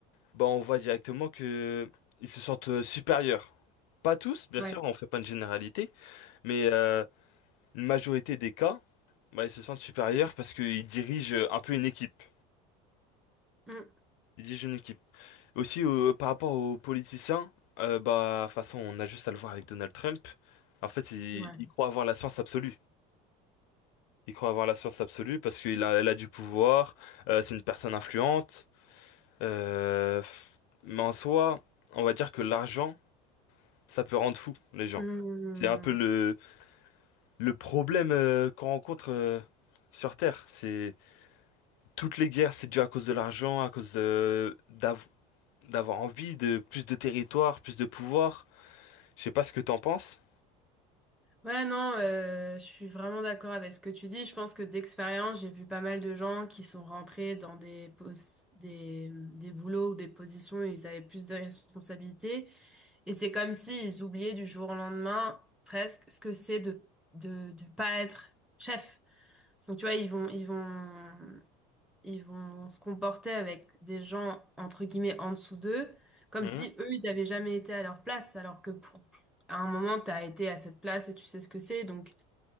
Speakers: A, on the left; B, in the centre.
A: Bah, on voit directement que ils se sentent euh, supérieurs. Pas tous, bien
B: ouais.
A: sûr, on fait pas une généralité, mais euh, une majorité des cas, bah, ils se sentent supérieurs parce qu'ils dirigent euh, un peu une équipe.
B: Mm,
A: Ils dirigent une équipe. Aussi, euh, par rapport aux politiciens, euh, bah, de toute façon, on a juste à le voir avec Donald Trump. En fait, il,
B: ouais.
A: il croit avoir la science absolue. Il croit avoir la science absolue parce qu'il a, elle a du pouvoir, euh, c'est une personne influente. euh, f- mais en soi, on va dire que l'argent, ça peut rendre fou les gens.
B: Mm.
A: C'est un peu le, le problème euh, qu'on rencontre euh, sur Terre. C'est toutes les guerres, c'est dû à cause de l'argent, à cause de- d'av- d'avoir envie de plus de territoire, plus de pouvoir. Je sais pas ce que t'en penses.
B: Ouais, non, euh, je suis vraiment d'accord avec ce que tu dis. Je pense que d'expérience, j'ai vu pas mal de gens qui sont rentrés dans des, pos- des, des boulots ou des positions où ils avaient plus de responsabilités. Et c'est comme s'ils oubliaient du jour au lendemain presque ce que c'est de, de, de pas être chef. Donc, tu vois, ils vont, ils vont, ils vont se comporter avec des gens, entre guillemets, en dessous d'eux, comme
A: Mhm,
B: si eux, ils avaient jamais été à leur place, alors que pour, à un moment, tu as été à cette place et tu sais ce que c'est. Donc,